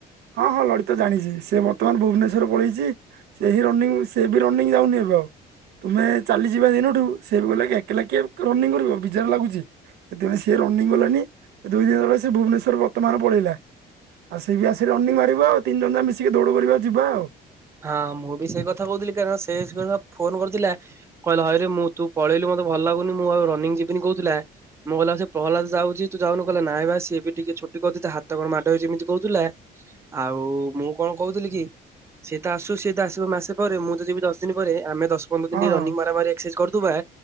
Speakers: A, on the right; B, on the right.
A: ହଁ ହଁ ଲଳିତ ଜାଣିଛି ସିଏ ମୋ ତମାନ ଭୁବନେଶ୍ୱର ପଳେଇଛି ସେହି ରନିଙ୍ଗ ସେବି ରନିଂ ଯାଉନି ଏବେ ଆଉ ତୁମେ ଚାଲିଯିବା ଦିନଠୁ ସେ ବି କହିଁଲା ଏକେଲା କିଏ ରନିଂ କରିବ ବିଜାର ଲାଗୁଛି ସେଥିପାଇଁ ସିଏ ରନିଂ ଗଲାନି ଦୁଇ ଦିନ ଗଲା ସେ ଭୁବନେଶ୍ୱର ବର୍ତ୍ତମାନ ପଳେଇଲା ଆଉ ସେ ବି ଆସ ସେ ରନିଂ ମାରିବ ଆଉ ତିନି ଜଣ ଯାଙ୍କ ମିଶିକି ଦୌଡ଼ କରିବା ଯିବା ଆଉ
B: ହଁ ମୁଁ ବି ସେଇ କଥା କହୁଥିଲି କାରଣ ସେ କ ଫୋନ କରିଥିଲା କହିଲା ହଇରେ ମୁଁ ତୁ ପଳେଇଲୁ ମତେ ଭଲ ଲାଗୁନି ମୁଁ ଆଉ ରନିଂ ଯିବିନି କହୁଥିଲା ମୁଁ କହିଲ ସେ ପ୍ରହ୍ଦ ଯାଉଛି ତୁ ଯାଉନୁ କହିଲ ନାଇଁ ସିଏ ବି ଟିକେ ଛୁଟି କହୁ ହାତ କଣ ମାଡଉ ଯେମିତି କହୁଥିଲା। ଆଉ ମୁଁ କଣ କହୁଥିଲି କି ସିଏ ତ ଆସୁ ସିଏ ତ ଆସିବ ମାସେ ପରେ ମୁଁ ତ ଯିବି ଦଶ ଦିନ ପରେ ଆମେ ଦଶ ପନ୍ଦର ଦିନ
A: ହଁ
B: ରନିଙ୍ଗ
A: ହଁ
B: ମାର ମାରି କରୁଥିବା